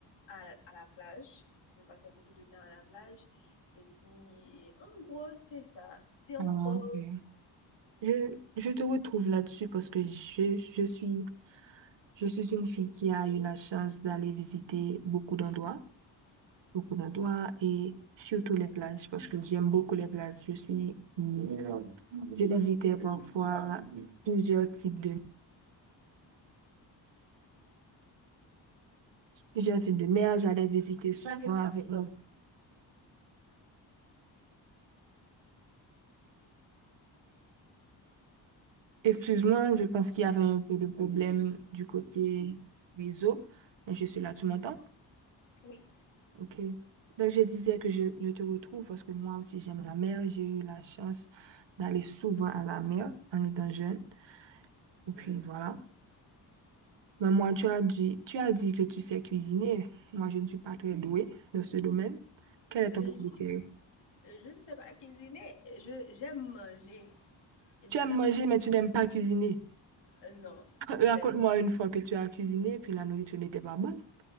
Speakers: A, on the left; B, on the right.
A: à, à la plage. Je passais beaucoup de temps à la plage. Et puis, en gros, c'est ça. C'est encore.
B: Ah, ok. Je, je te retrouve là-dessus parce que je, je suis, je suis une fille qui a eu la chance d'aller visiter beaucoup d'endroits, beaucoup d'endroits et surtout les plages parce que j'aime beaucoup les plages. Je suis, je visitais parfois plusieurs types de, plusieurs types de mer. J'allais visiter souvent avec Excuse-moi, je pense qu'il y avait un peu de problème du côté réseau, mais je suis là, tu m'entends?
A: Oui.
B: OK. Donc, je disais que je, je te retrouve parce que moi aussi, j'aime la mer. J'ai eu la chance d'aller souvent à la mer en étant jeune. Et puis, voilà. Mais moi, tu as dit, tu as dit que tu sais cuisiner. Moi, je ne suis pas très douée dans ce domaine. Quel est
A: euh,
B: ton plat préféré?
A: Je, je ne sais pas cuisiner. Je, j'aime manger. J'aime.
B: Tu aimes manger, mais tu n'aimes pas cuisiner.
A: euh, Non,
B: <laughs> Raconte-moi
A: c'est
B: une fois que tu as cuisiné, puis la nourriture n'était pas bonne.